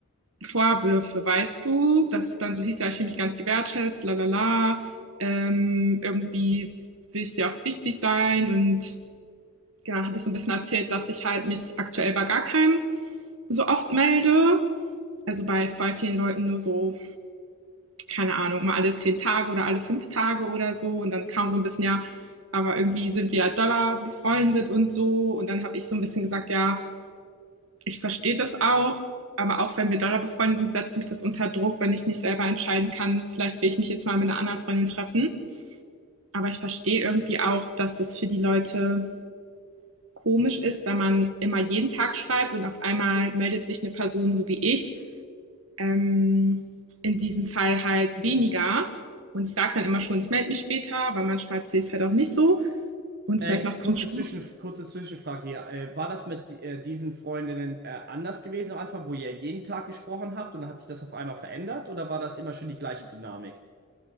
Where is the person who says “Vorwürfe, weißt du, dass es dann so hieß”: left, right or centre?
Right